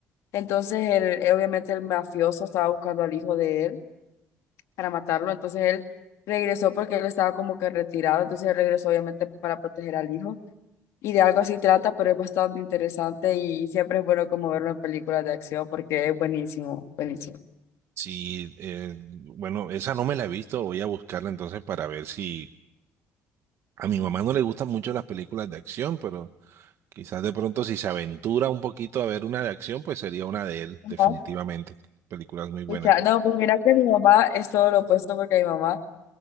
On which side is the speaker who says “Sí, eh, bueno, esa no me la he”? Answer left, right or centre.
Right